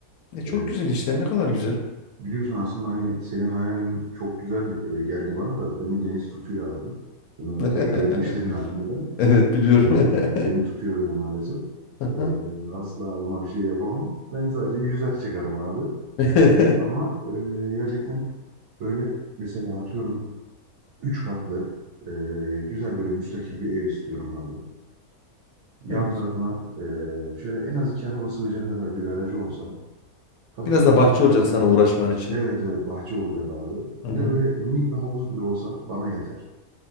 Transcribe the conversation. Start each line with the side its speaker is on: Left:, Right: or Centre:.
Left: Ne çok
Right: Ee,
Left: güzel işte. Ne kadar güzel.
Right: biliyorsun aslında hani senin hayalin çok güzel e, geldi bana da beni deniz tutuyor abi. Bunu
Left: <laughs>
Right: tecrübe etmiştim daha önceden.
Left: Evet biliyorum.
Right: Ee,
Left: <laughs>
Right: gemi tutuyor beni maalesef.
Left: Hı
Right: Ee,
Left: hı.
Right: asla ona bir şey yapamam. Ben sadece yüzer çıkarım abi.
Left: <laughs>
Right: Ama e, gerçekten böyle mesela atıyorum Üç katlı e, güzel böyle müstakil bir ev istiyorum abi. Yan
Left: Evet.
Right: tarafına e, şöyle en az iki araba sığacak kadar bir garajı olsa. Kapısının
Left: Biraz da bahçe
Right: önünde
Left: olacak
Right: de böyle
Left: sana uğraşman için.
Right: evet evet bahçe olacak abi.
Left: Hı
Right: Bir
Left: hı.
Right: de böyle minik bir havuz bile olsa bana yeter.